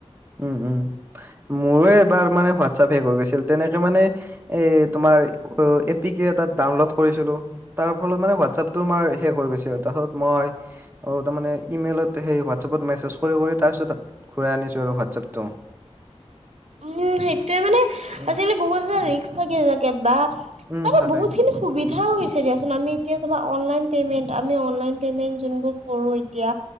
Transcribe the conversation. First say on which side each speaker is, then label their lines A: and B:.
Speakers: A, on the right (about 20°); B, on the right (about 80°).
A: উম', - উম', মোৰ এবাৰ মানে হোৱাটছআপ হেক হৈ গৈছিল তেনেকে মানে', এ', তোমাৰ উ', এ পি কে এটাত ডাউনলোড কৰিছিলোঁ ', তাৰ ফলত মানে হোৱাটছআপটো তোমাৰ হেক হৈ গৈছে আৰু তাৰপিছত মই', অ', তাৰমানে ইমেইলত সেই হোৱাটচ আপত মেছেজ কৰি - কৰি তাৰপিছত ঘূৰাই আনিছোঁ আৰু হোৱাটচ ', হোৱাটছআপটো',
B: উম', সেইটোৱে মানে
A: উম,
B: আজিকালি বহুত এটা ৰিস্ক থাকে -থাকে বা
A: উম,
B: মানে
A: তাকে,
B: বহুত খিনি', সুবিধা হৈছে দিয়া চোন আমি এতিয়া চাবা অনলাইন পেমেন্ট, আমি আনলাইন পেমেন্ট যোনবোৰ কৰোঁ এতিয়া',